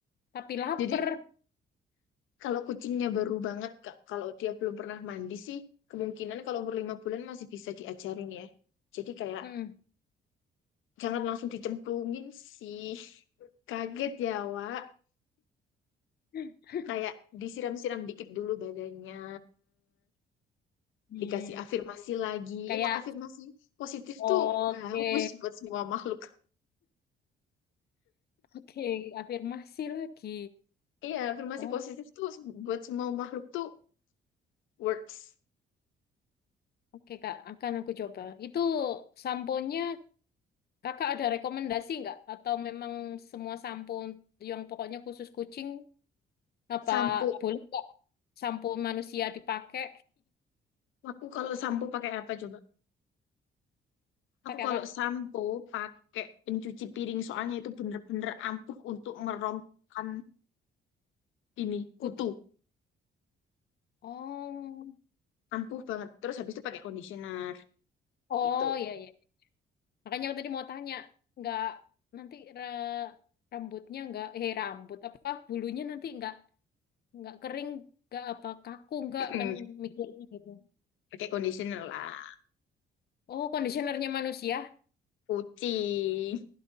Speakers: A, on the left; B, on the left.
A: tapi lapar.
B: Jadi kalau kucingnya baru banget Kak, kalau dia belum pernah mandi sih kemungkinan kalau umur lima bulan masih bisa diajarin ya. Jadi kayak
A: Hmm.
B: jangan langsung dicemplungin sih. <laughs> Kaget ya, Wak.
A: <laughs>
B: Kayak disiram-siram dikit dulu badannya.
A: Hmm,
B: dikasih afirmasi lagi.
A: Kayak,
B: Emang afirmasi positif tuh
A: oke,
B: bagus buat semua makhluk.
A: oke, afirmasi lagi.
B: Iya, afirmasi
A: Oh,
B: positif tuh buat semua makhluk tuh works.
A: oke, Kak. Akan aku coba. Itu sampo nya Kakak ada rekomendasi nggak? Atau memang semua sampo yang pokoknya khusus kucing Apa
B: Sampo.
A: boleh kok sampo manusia dipakai?
B: Aku kalau sampo pakai apa coba?
A: <laughs> Pakai
B: Aku kalau
A: apa?
B: sampo pakai pencuci piring soalnya itu bener-bener ampuh untuk merompkan ini kutu.
A: Kutu. Oh,
B: Ampuh banget. Terus habis itu pakai conditioner
A: oh
B: gitu.
A: ya ya Makanya aku tadi mau tanya, nggak nanti ra- rambutnya nggak eh rambut apa bulunya nanti nggak nggak kering nggak apa kaku nggak
B: <clears throat>
A: kan mikirnya gitu.
B: Pakai conditioner lah.
A: Oh, kondisionernya manusia?
B: Kucing.